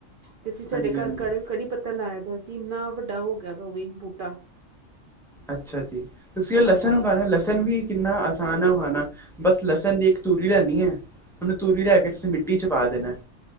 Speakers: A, on the right; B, in the centre.
A: ਤੇ ਅਸੀਂ ਸਾਡੇ
B: ਹਾਂਜੀ
A: ਘਰ
B: ਹਾਂਜੀ
A: ਕ ਕੜੀ ਪੱਤਾ ਲਾਇ ਦਾ ਸੀ ਇੰਨਾ ਵੱਡਾ ਹੋ ਗਿਆ ਉਹ ਵੀ ਬੂਟਾ
B: ਅੱਛਾ ਜੀ ਤੁਸੀਂ ਉਹ ਲਸਣ
A: ਹਾਂਜੀ
B: ਉਗਾਉਣਾ ਲਸਣ ਵੀ ਕਿੰਨਾ ਆਸਾਨ ਹੈ ਉਗਾਉਣਾ ਬਸ ਲਸਣ ਦੀ ਇੱਕ ਤੂਰੀ ਲੈਣੀ ਹੈ। ਉਹਨੂੰ ਤੂਰੀ ਲੈ ਕੇ ਤੁਸੀਂ ਮਿੱਟੀ ਚ ਪਾ ਦੇਣਾ।